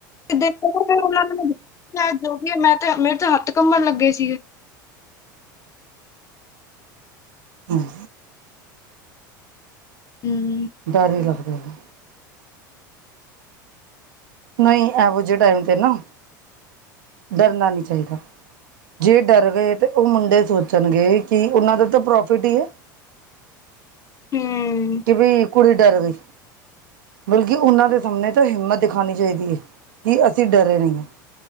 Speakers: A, on the left; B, on the right.
A: ਦੇਖੋ ਫੇਰ ਓਨਾ ਨੇ ਜੋ ਕਿਆ ਮੈਂ ਮੇਰੇ ਤਾ ਹੱਥ ਕੰਮਣ ਲੱਗੇ ਸੀਗੇ।
B: ਹੂੰ।
A: ਹੂੰ।
B: ਡਰ ਵੀ ਲੱਗਦਾ ਏ ਜੀ। ਨ‌ਈ ਐਹੋ ਜੇ ਟਾਈਮ ਤੇ ਨਾ ਡਰਨਾ ਨੀ ਚਾਹੀਦਾ। ਜੇ ਡਰ ਗਏ ਤੇ ਓ ਮੁੰਡੇ ਸੋਚਣਗੇ ਕਿ ਓਨਾ ਦਾ ਤਾਂ ਪ੍ਰੋਫਿਟ ਈ ਐ।
A: ਹੂੰ।
B: ਕਿ ਬਈ ਕੁੜੀ ਡਰ ਗ‌ਈ। ਬਲਕਿ ਓਨਾਂਮ ਦੇ ਸਾਹਮਣੇ ਤਾਂ ਹਿੰਮਤ ਦਿਖਾਨੀ ਚਾਹੀਦੀ ਐ ਕਿ ਅਸੀਂ ਡਰੇ ਨ‌ਈ ਆ।